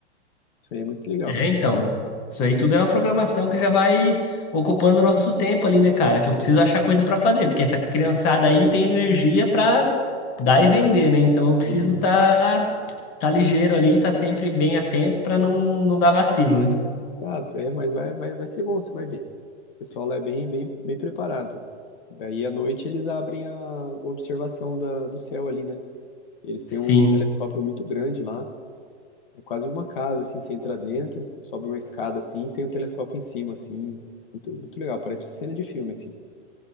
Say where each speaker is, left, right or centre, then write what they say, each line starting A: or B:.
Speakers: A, on the left (about 50°); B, on the left (about 20°).
A: Isso aí é muito legal.
B: É, então. Isso aí tudo é uma programação que já vai ocupando o nosso tempo ali, né, cara? Que eu preciso achar coisa pra fazer, porque essa criançada aí tem energia pra dar e vender, né? Então eu preciso
A: E
B: tá, tá ligeiro ali, tá sempre bem atento pra não, não dar vacilo, né?
A: Exato, é, mas vai, vai, vai ser bom, você vai ver. O pessoal lá é bem, bem, bem preparado. Daí à noite eles abrem a observação da, do céu ali, né? Eles têm
B: Sim.
A: um telescópio muito grande lá, é quase uma casa, assim, você entra dentro, sobe uma escada assim, e tem o telescópio em cima, assim, muito, muito legal, parece cena de filme, assim.